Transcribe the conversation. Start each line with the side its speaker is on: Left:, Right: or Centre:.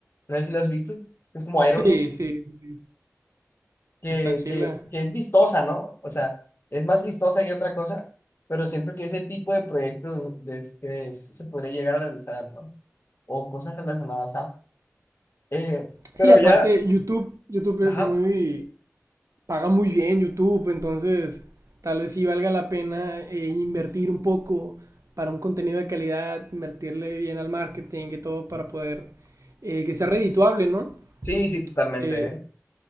Left: No sé si la has visto. Es como Iron
Right: Sí,
Left: Man,
Right: sí, sí. sí.
Left: que,
Right: Está chila.
Left: que, que es vistosa, ¿no? O sea, es más vistosa que otra cosa, pero siento que ese tipo de proyectos de- que se podría llegar a realizar, ¿no? O cosas relacionadas a... eh,
Right: Sí,
Left: pero
Right: aparte
Left: ya,
Right: YouTube, YouTube
Left: ajá,
Right: es muy, paga muy bien YouTube, entonces tal vez sí valga la pena eh, invertir un poco para un contenido de calidad, invertirle bien al marketing y todo para poder eh, que sea redituable, ¿no?
Left: sí, sí, totalmente,
Right: Eh,
Left: ¿eh?